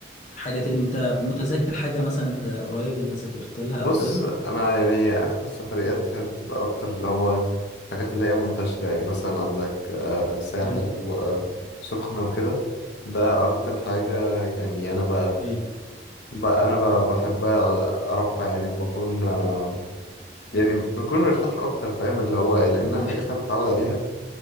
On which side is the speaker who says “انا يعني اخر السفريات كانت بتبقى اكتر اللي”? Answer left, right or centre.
Left